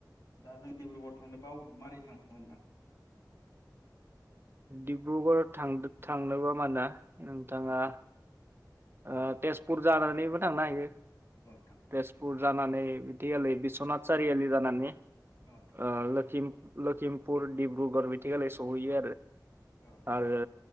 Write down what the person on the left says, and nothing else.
दा जों डिब्रुगर थांनोबाव मारै थाङो नोंथां?
औ
नोंथां
औ नोंथां
औ नोंथां